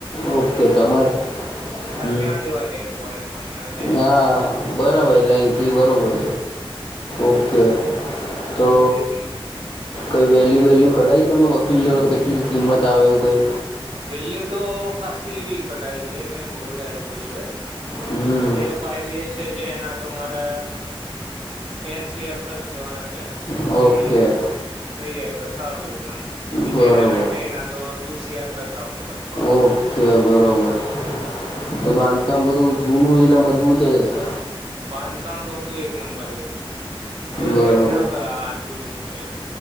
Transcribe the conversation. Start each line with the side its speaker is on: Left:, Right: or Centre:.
Left: ઓકે તમારે હમ
Right: ત્યાં લેવા જાય એમ ફોરેનમાં અહિયાં વેચાઈ જાય
Left: હા
Right: ને
Left: બરાબર એટલે અઈથી બરોબર ઓકે તો
Right: એ રીતનું
Left: કઈ વેલ્યુ વેલ્યુ કડાઈ તમે વકીલ દો કેટલી કિંમત આવે એવુ કઈ
Right: વેલ્યુ તો ખાસ એવી કટાઈ છે મેં બો બધા લોકો જોડે
Left: હમ
Right: એક તો જે ફાઈ એચ છે જે એના તો મારે ટેન સીર પ્લસ લેવાના છે.
Left: ઓકે
Right: તો ઈ થઈ જાય તો સારું એવું
Left: બરાબર
Right: એમના છે તો ટુ સીઆર આપડા સાવથી લગભગ
Left: ઓકે બરાબર તો બાંધકામ બધું જૂનું એટલે મજબૂત જ હશે.
Right: બાંધકામ તો બધું એક નંબર કોઈ
Left: બરાબર
Right: કયા <unintelligible> આ આટલું જૂનું <unintelligible>